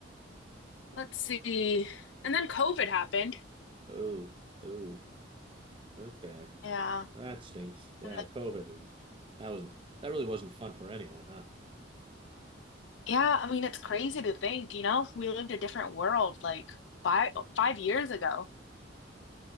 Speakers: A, on the left; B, on the right.
A: let's see. And then COVID happened.
B: Oh, oh, okay.
A: Yeah.
B: Well, that stinks. Yeah,
A: And
B: COVID is that was not that really wasn't fun for anyone, huh?
A: Yeah, I mean, it's crazy to think, you know, we lived a different world like five five years ago.